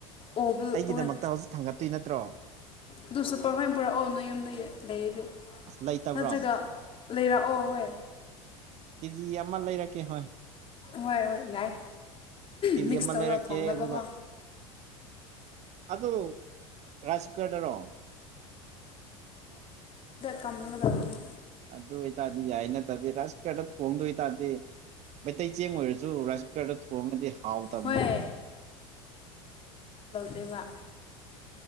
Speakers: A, on the left; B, on the right.
A: ꯑꯣꯕꯗꯨ
B: ꯑꯩꯒꯤꯗꯃꯛꯇ
A: ꯍꯣꯏ
B: ꯍꯧꯖꯤꯛ ꯊꯥꯡꯒꯠꯇꯣꯏ ꯅꯠꯇ꯭ꯔꯣ꯫
A: ꯑꯗꯨ ꯁꯨꯨꯄꯔꯐꯥꯏꯅ ꯄꯨꯔꯛꯑꫭ ꯅꯌꯨꯝꯗꯒꯤ ꯂꯩꯔꯗꯤ
B: ꯑꯁ ꯂꯩꯇꯕ꯭ꯔꯣ
A: ꯅꯠꯇ꯭ꯔꯒ ꯂꯩꯔꯛꯑꯣ ꯍꯣꯏ꯫
B: ꯀꯦꯖꯤ ꯑꯃ ꯂꯩꯔꯛꯀꯦ ꯍꯣꯏ꯫
A: ꯍꯣꯏ-ꯍꯣꯏ ꯌꯥꯏ꯫
B: ꯀꯦꯖꯤ
A: ꯃꯤꯛꯁ
B: ꯑꯃ
A: ꯇꯧꯔꯒ
B: ꯂꯩꯔꯛꯀꯦ
A: ꯊꯣꯡꯅꯕꯀꯣ
B: ꯑꯗꯨꯒ ꯑꯗꯨ ꯔꯥꯁꯀꯔꯗꯔꯣ꯫
A: ꯀꯃꯒꯗꯕꯅꯤ꯫
B: ꯑꯗꯨ ꯑꯣꯏꯇꯥꯗꯤ ꯌꯥꯏ ꯅꯠꯇꯗꯤ ꯔꯥꯏꯁ ꯀꯔ ꯊꯣꯡꯗꯣꯏ ꯑꯣꯏꯇꯥꯔꯗꯤ ꯑꯇꯩ ꯆꯦꯡ ꯑꯣꯏꯔꯁꯨ ꯔꯥꯏꯁ ꯀꯨꯀꯔꯗ ꯊꯣꯡꯑꯗꯤ ꯍꯥꯎꯇꯕꯅꯦꯕ꯫
A: ꯍꯣꯏ ꯇꯦꯕꯥ